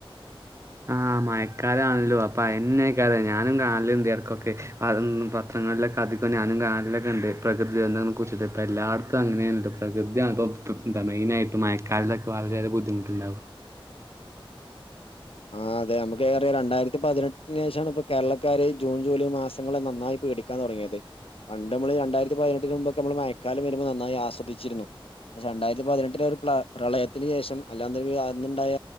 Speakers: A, on the right; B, on the left.
A: ആ മയക്കാലം ആണല്ലോ അപ്പൊ അന്നെക്കറ ഞാനും കാണല് ഉണ്ട് എടക്കൊക്കെ അതൊന്ന് പത്ര അങ്ങനൊക്കെ അധികം ഞാനും കാണലൊക്കെ ഉണ്ട് പ്രകൃതിനെ കുറിച്ചിട്ട് ഇപ്പ എല്ലാടത്തും അങ്ങനെ ഉണ്ട് പ്രകൃതിയാണ്പ്പം പ്പം ന്താ മെയിന് ആയിട്ട് മഴക്കാലത്തൊക്കെ വളരെയേറെ ബുദ്ധിമുട്ടുണ്ടാവും
B: ആ അതെ നമുക്കറിയാം രണ്ടായിരത്തി പതിനെട്ടിന് ശേഷമാണ് ഇപ്പ കേരളക്കാര് ജൂൺ ജൂലൈ മാസങ്ങളെ നന്നായി പേടിക്കാൻ തുടങ്ങിയത് പണ്ട് നമ്മള് രണ്ടായിരത്തി പതിനെട്ടിന് മുമ്പ് നമ്മള് മയക്കാലം വരുമ്പോൾ നന്നായി ആസ്വദിച്ചിരുന്നു പക്ഷെ രണ്ടായിരത്തി പതിനെട്ടിലെ ഒരു പ്ര പ്രളയത്തിന് ശേഷം അല്ലാ അന്നുണ്ടായ